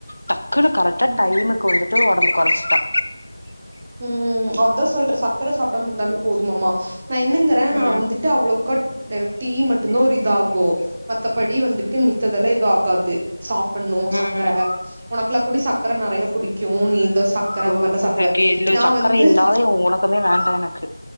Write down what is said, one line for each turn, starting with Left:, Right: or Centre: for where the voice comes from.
Left: ட க்குனு கரெக்டா
Right: ம்
Left: டைமுக்கு வந்து ட்டு ஒடம்ப கொறச்சுட்டா.
Right: ம் அதா சொல்ற சக்கர சாப்டாம இருந்தாலே போதுமாம்மா. நா என்னங்குறே
Left: ம்
Right: நா வந்துட்டு அவ்ளோக்கா எனக்கு டீ மட்டும்தா ஒரு இதாகு. மத்தபடி வந்துட்டு மித்ததெல்லா எது ஆகாது சாப் பட்ணு
Left: ம்
Right: சக்கர உனக்கெல்லா கூடி சக்கர நெறைய புடிக்கு நீயுந்தா சக்கர
Left: ஜோ
Right: அந்த மாரில்லா
Left: எனக்கு
Right: சாப்புடுவே
Left: இல்ல
Right: நா
Left: சக்கரை
Right: வந்து
Left: இல்லாத உலகமே வேண்டா எனக்கு